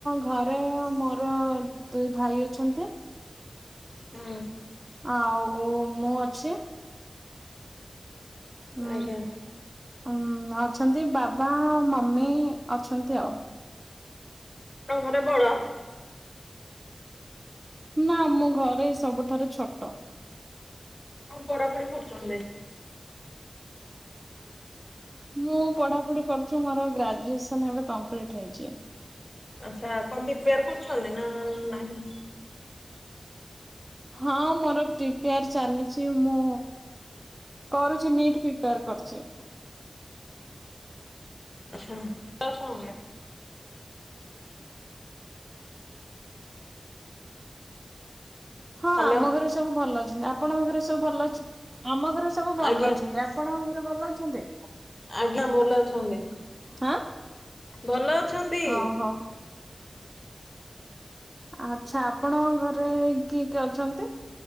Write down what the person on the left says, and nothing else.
ହୁଁ।
ଆଜ୍ଞା।
ଙ୍କ ଘରେ ବଡ?
ଆଉ ପଢାପଢି କରୁଚନ୍ତି?
ଆଚ୍ଛା କଣ ପ୍ରିପାର କରୁଚନ୍ତି ନା ନାହିଁ?
ଆଛା ଲ ଅଛନ୍ତି?
ହ୍ୟାଲୋ
ଆଜ୍ଞା
ଆଜ୍ଞା ଭଲ ଅଛନ୍ତି।
ଭଲ ଅଛନ୍ତି।